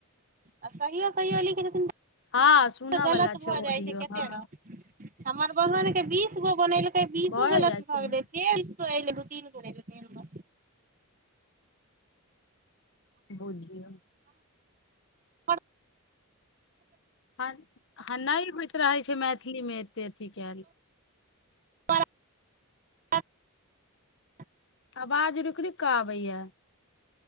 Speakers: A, on the right; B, on the left.
A: आ सहियो सहियो लिख देथिन
B: हँ सुनऽ
A: गलत
B: बला छै
A: भ
B: ऑडियो
A: जाइत छैक केते
B: हँ
A: हमर बहन केँ बीस गो बनैल बीसू
B: भए
A: गलत
B: जाइ छै
A: भ गेलै
B: हँ,
A: फेर <inaudible>
B: बुझियौ
A: पर
B: हँ ह नहि होइत रहै
A: <unintelligible>
B: आवाज रुक रुक आबैय